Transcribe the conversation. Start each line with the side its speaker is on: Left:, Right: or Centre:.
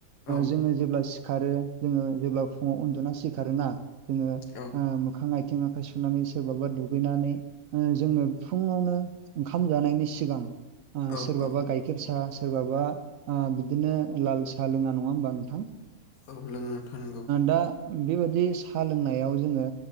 Left: औ
Right: जोङो जेब्ला सिखारो जोङो जेब्ला फुङाव उन्दुना सिखारोना जोङो
Left: औ
Right: मोखां आथिं आखाइ सुनानै सोरबाबा दुगैनानै जोंनो फुङावनो ओंखाम जानायनि सिगां
Left: औ
Right: सोरबाबा
Left: औ
Right: गायखेर गायखेर साह सोरबाबा बिदिनो लाल साह लोङा नङा होमबा नोंथां
Left: औ लोङो नोंथां नोंगौ
Right: दा बेबादि साहा लोंनायाव जोङो